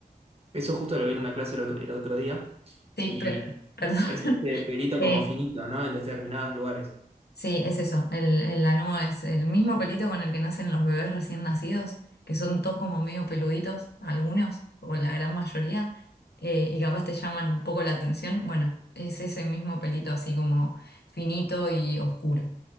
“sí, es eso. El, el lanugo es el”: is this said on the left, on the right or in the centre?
Left